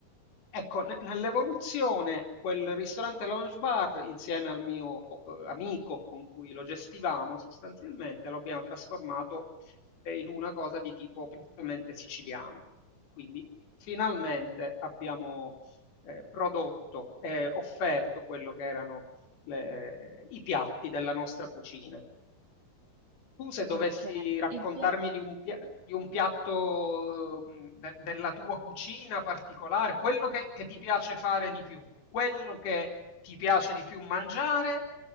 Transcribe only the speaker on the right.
Ok,
il pia-